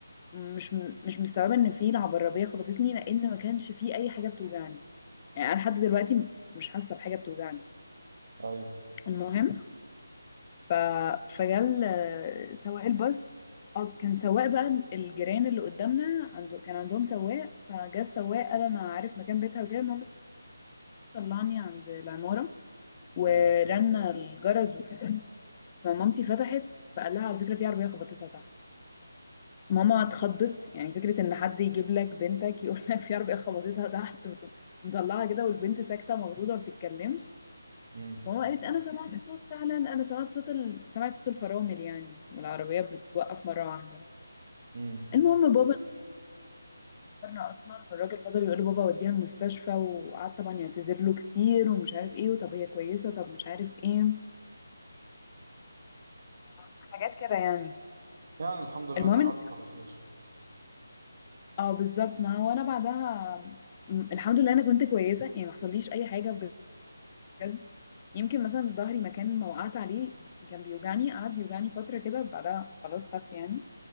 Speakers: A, on the left; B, on the right.
A: مش م- مش مستوعبه ان في العربيه خبطتني لان ما كانش في اي حاجه بتوجعني يعني انا لحد دلوقتي مش حاسه بحاجه بتوجعني
B: ايوه
A: المهم ف... فجال آه، سواق الباص اه كان سواق بقى الجيران اللي قدامنا عنده كان عندهم سواق فجا السواق قال انا عارف مكان بيتها وكده المهم طلعني عند العمارة ورنا
B: امم
A: الجرس وكده فمامتي فتحت فقال لها على فكرة في عربية خبطتها تحت فماما اتخضت يعني فكرة ان حد يجيب لك بنتك يقول لك في عربية خبطتها تحت وت- مطلعها كده والبنت ساكتة مخضوضة ما بتتكلمش
B: امم
A: ماما قالت انا سمعت <laughs> صوت فعلا انا سمعت صوت ال... سمعت صوت الفرامل يعني والعربيات بتوقف مره واحده
B: امم
A: المهم بابا نورنا اصلا والراجل فضل يقول له بابا وديها المستشفى وقعد طبعا يعتذر له كتير ومش عارف ايه وطب هي كويسه طب مش عارف ايه حاجات كده يعني
B: يعني الحمد لله
A: المهم
B: انها
A: إن-
B: عدت على خير
A: اه بالظبط ما هو انا بعدها م- الحمد لله انا كنت كويسه يعني ما حصليش اي حاجه بجد يمكن مثلا ظهري مكان ما وقعت عليه كان بيوجعني قعد يوجعني فتره كده بعدها خلاص خف يعني